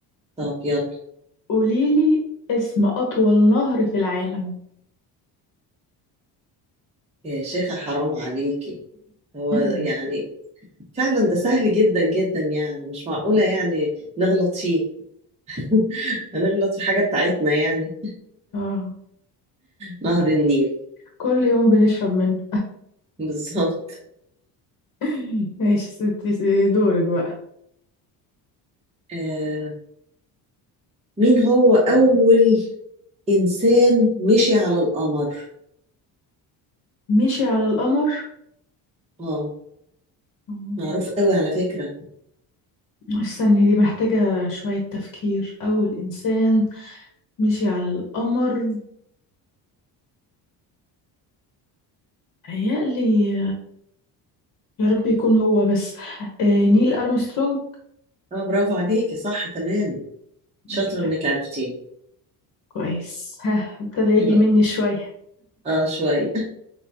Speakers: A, on the right (about 15°); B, on the left (about 50°).
A: طب يلا
B: قوليلي اسم اطول نهر في العالم
A: يا شيخة حرام عليكي هو
B: <laughs>
A: يعني فعلا ده سهل جدا جدا يعني مش معقولة يعني نغلط فيه <laughs> هنغلط في حاجة بتاعتنا يعني
B: اه
A: نهر النيل
B: كل يوم بنشرب منه
A: بالظبط
B: <laughs> ماشي ستي دورك بقى
A: آه مين هو أول إنسان مشي على القمر؟
B: مشي على القمر
A: آه
B: مم.
A: معروف قوي على فكرة
B: استني دي محتاجة شوية تفكير أول إنسان مشي على القمر هيقلي يا رب يكون هو بس آه، نيل أرمسترونج
A: آه برافو عليكي صح تمام
B: الحمد
A: شاطرة
B: لله
A: إنك عرفتيه
B: كويس ها ابتدى يجي
A: حلو أوي.
B: مني شوية
A: آه شوية